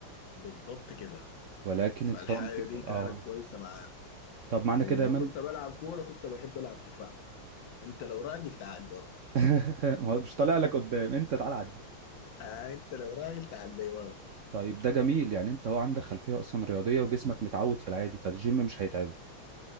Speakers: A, on the left; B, on the right.
A: بالضبط كده
B: ولكن
A: فالحاجه
B: انت طبعا بتقدر
A: دي كانت
B: اه
A: كويسه معانا
B: طب معنى
A: ولما
B: كده يا مان
A: كنت بلعب كوره كنت بحب العب دفاع انت لو راجل تعال برا
B: <laughs> ما مش طالع لك قدام انت تعالى عدي
A: آه انت لو راجل تعال لي ورا
B: طيب ده جميل يعني انت هو عندك خلفية اصلا رياضية وجسمك متعود في العادي فالجيم مش هيتعب